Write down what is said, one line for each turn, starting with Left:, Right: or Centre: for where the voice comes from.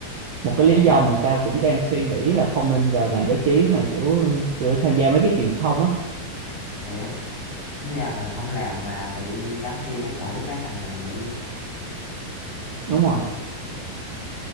Right: một cái lý
Left: ta hiểu
Right: do
Left: rồi
Right: mà tao cũng đang suy nghĩ là không nên vào
Left: Ừ,
Right: ngành báo chí mà kiểu kiểu tham gia mấy cái truyền thông á
Left: hiểu tính ra mình không làm mà bị đám kia dắt mũi cái thành mình bị luôn
Right: đúng rồi